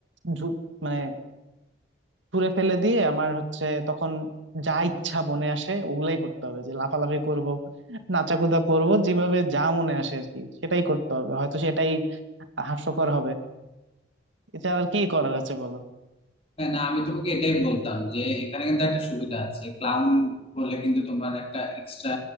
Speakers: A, on the right (about 90°); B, on the left (about 30°).
A: ঝু- মানে ছুঁড়ে ফেলে দিয়ে আমার হচ্ছে তখন যা ইচ্ছা মনে আসে ওগুলাই করতে হবে যে লাফালাফি করব নাচাকুদা করব যেভাবে যা মনে আসে আর কি সেটাই করতে হবে হয়তো সেটাই হাস্যকর হবে এছাড়া আর কি করার আছে বলো
B: হ্যাঁ না আমি তোমাকে এটাই বলতাম যে এখানে কিন্তু একটা সুবিধা আছে ক্লাউন বলে কিন্তু তোমার একটা এক্সট্রা